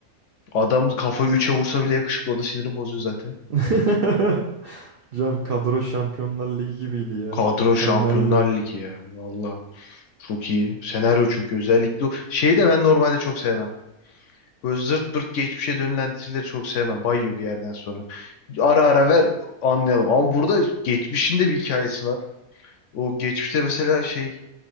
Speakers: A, on the left; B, on the right.
A: Adam kafayı üçe vursa bile yakışıklı. O da sinirim bozuyor zaten.
B: <laughs> Cam kadro Şampiyonlar Ligi gibiydi ya.
A: Kadro
B: Mükemmeldi.
A: Şampiyonlar Ligi ya. Valla çok iyi. Senaryo çok iyi. Özellikle o- şeyi de ben normalde çok sevmem. Böyle zırt pırt geçmişe dönülen dizileri çok sevmem. Bayıyor bir yerden sonra. Ara ara ver anlayalım. Ama burada geçmişin de bir hikayesi var. O geçmişte mesela şey